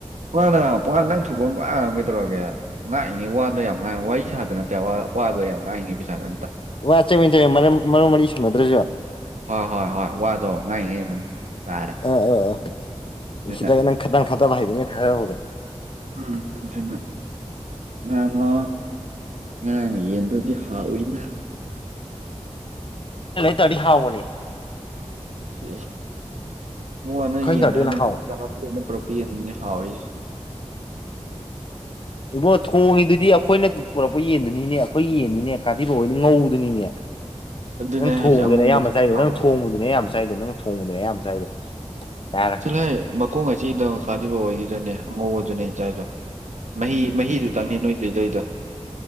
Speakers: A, on the right; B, on the left.
A: ꯄꯅ ꯄ ꯅꯪ ꯊꯣꯛꯄ ꯇꯧꯔꯒꯦ ꯉꯥꯡꯏꯉꯦ ꯋꯥꯗꯣ ꯌꯥꯝ ꯉꯥꯏꯉ ꯋꯥꯔꯤ ꯁꯥꯇ ꯅꯠꯇꯦ ꯋꯥꯗꯣ ꯌꯥꯝ ꯉꯥꯡꯏꯉꯦ ꯄꯩꯁꯥꯗ
B: ꯋꯥ ꯆꯅꯤ ꯆ ꯃꯔꯨꯝ ꯃꯔꯤ ꯁꯨꯝꯅꯗ꯭ꯔꯁꯨ
A: ꯍꯣꯏ ꯍꯣꯏ ꯍꯣꯏ ꯋꯥꯗꯣ ꯉꯥꯏꯉꯩ ꯑꯗꯨꯝ ꯇꯥꯔꯦ
B: ꯑꯥ ꯑꯥ
A: ꯑꯗꯨꯅ
B: ꯁꯤꯗ ꯅꯪ ꯈꯤꯇꯪ ꯐꯥꯠꯇꯕ ꯍꯥꯏꯕꯅꯦ ꯈꯔ ꯍꯧꯔꯦ
A: ꯎꯝ ꯑꯗꯨꯟꯅ ꯌꯥꯣ ꯉꯔꯥꯡ ꯌꯦꯟꯗꯨꯗꯤ ꯍꯥꯎꯑꯣꯏꯅ
B: ꯇꯔꯤꯍꯕꯅꯦ
A: ꯁꯤ ꯃꯛ ꯍꯅ
B: ꯑꯩꯈꯣꯏꯅ
A: ꯌꯦꯟꯗ
B: ꯇꯧꯔꯗꯤ
A: ꯍꯥꯟꯅ
B: ꯍꯦꯟꯅ ꯍꯥꯎꯕꯅꯦ
A: ꯆꯄꯅ ꯄꯨꯔꯛꯄ ꯌꯦꯟꯅꯦ ꯍꯥꯎꯔꯤ
B: ꯏꯕꯣ ꯊꯣꯡꯉꯤꯗꯨꯗꯤ ꯑꯩꯈꯣꯏꯅ ꯄꯨꯔꯛꯄ ꯌꯦꯟꯗꯨꯅꯤꯅꯦ ꯑꯩꯈꯣꯏꯒꯤ ꯌꯦꯟꯅꯤꯅꯦ ꯀꯥꯊꯤꯕ ꯑꯣꯏꯗꯤ ꯉꯧꯗꯨꯅꯤꯅꯦ
A: ꯑꯗꯨꯅꯦ
B: ꯅꯪ
A: ꯑꯩ
B: ꯊꯣꯡꯕꯗꯨꯅꯦ
A: ꯍꯥꯏꯁꯦ ꯑꯉꯧꯕꯗꯨꯅꯦ
B: ꯑꯌꯥꯝꯕ ꯆꯥꯏꯗꯣ
A: ꯍꯥꯎꯋꯦ
B: ꯅꯪ ꯊꯣꯡꯕꯗꯨꯅꯦ
A: ꯍꯥꯏꯁꯦ
B: ꯑꯌꯥꯝꯕ ꯆꯥꯏꯗꯣ ꯅꯪ ꯊꯣꯡꯕꯗꯨꯅꯦ ꯑꯌꯥꯝꯕ ꯆꯥꯏꯗꯣ ꯌꯥꯔꯦ
A: ꯁꯤꯂꯥꯏ ꯃꯈꯣꯡ ꯑꯁꯤꯗ ꯀꯥꯕ ꯑꯣꯏꯈꯤꯗꯅꯦ ꯑꯉꯧꯕꯗꯨꯅꯦ ꯏꯆꯥꯥꯏꯗꯣ ꯃꯍꯤ ꯃꯍꯤꯗꯨ ꯇꯪꯅꯤ ꯅꯣꯏꯗꯗꯩꯗꯣ